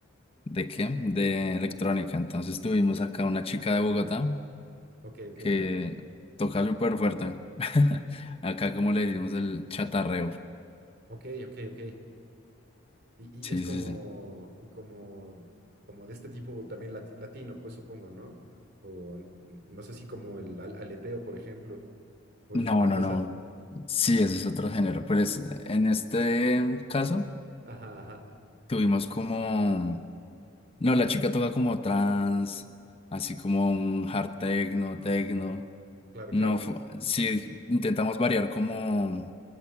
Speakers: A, on the left (about 30°); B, on the right (about 55°).
A: ¿de qué? De electrónica. Entonces tuvimos acá una chica de Bogotá
B: ok, ok,
A: que
B: ok.
A: toca súper fuerte. <laughs> Acá como le decimos el chatarreo.
B: Ok, ok, ok. Y,
A: Sí,
B: y es como,
A: sí, sí.
B: como, como de este tipo también lati- latino, pues supongo, ¿no? O n- no sé si como el al- aleteo, por ejemplo, o
A: No,
B: eso es otra
A: no,
B: cosa.
A: no. Sí, ese es otro género. Pero es- en este caso
B: Ajá, ajá,
A: tuvimos como... No, la chica toca como trans, así como un hard techno, techno.
B: claro,
A: No,
B: claro.
A: fu- sí, intentamos variar como